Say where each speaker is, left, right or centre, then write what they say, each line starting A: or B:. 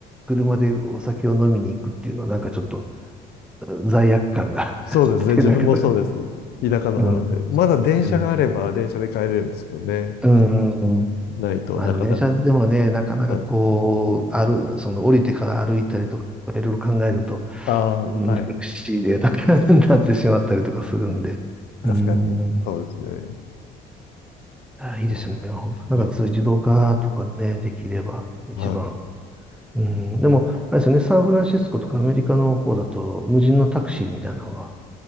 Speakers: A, in the centre; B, on the left.
A: 車でお酒を飲みに行くっていうのはなんかちょっと罪悪感が <laughs>
B: そうですね。
A: あって、
B: 自分もそうです。
A: なんか、
B: 田舎の方なんで。
A: うん、
B: まだ電車があれば電車で帰れるんですけどね。
A: ええ、うん。
B: ないとなかなか。
A: まあでも電車でもね、なかなかこう、
B: はい。
A: 歩、その降りてから歩いたりとか、いろいろ考えると、
B: ああ、
A: うん、
B: はい。
A: 難しいデータに <laughs> なってしまったりとかするんで。
B: 確かに。
A: うん。
B: そうですね。
A: あ、いいですね。
B: あの、
A: 本当なんかそういう自動化とかね、
B: はい。
A: できれば一番。
B: はい
A: うん。でも、あれですよね、サンフランシスコとかアメリカの方だと、無人のタクシーみたいなのが